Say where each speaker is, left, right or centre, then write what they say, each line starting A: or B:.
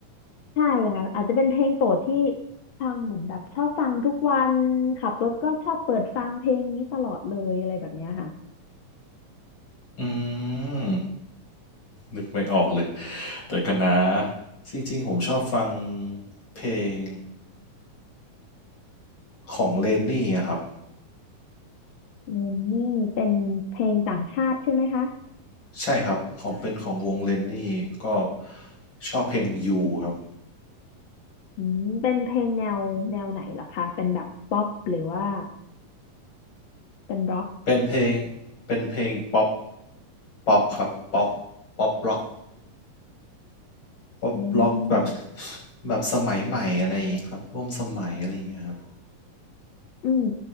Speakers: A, on the left; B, on the left.
A: ใช่ค่ะอาจจะเป็นเพลงโปรดที่ฟังเหมือนแบบชอบฟังทุกวันขับรถก็ชอบเปิดฟังเพลงนี้ตลอดเลยอะไรแบบเนี้ยค่ะ
B: อืมนึกไม่ออกเลยแต่คณะจริงๆผมชอบฟังเพลงของเลนนี่อะครับ
A: เลนนี่เป็นเพลงต่างชาติใช่ไหมคะ
B: ใช่ครับของเป็นของวงเลนนี่ก็ชอบเพลงยูครับ
A: อืมเป็นเพลงแนวแนวไหนเหรอคะเป็นแบบป๊อปหรือว่าเป็นร็อก
B: เป็นเพลงเป็นเพลงป๊อปป๊อปครับป๊อปป๊อปร็อกป๊อปร็อกแบบ
A: อืม
B: แบบสมัยใหม่อะไรอย่างเงี้ยครับร่วมสมัยอะไรอย่างเงี้ยครับ
A: อืม